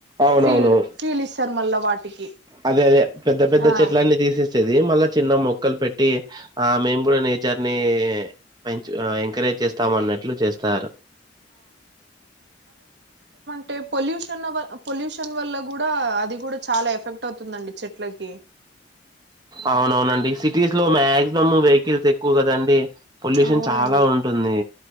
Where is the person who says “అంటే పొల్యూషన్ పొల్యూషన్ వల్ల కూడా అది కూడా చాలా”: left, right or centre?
Right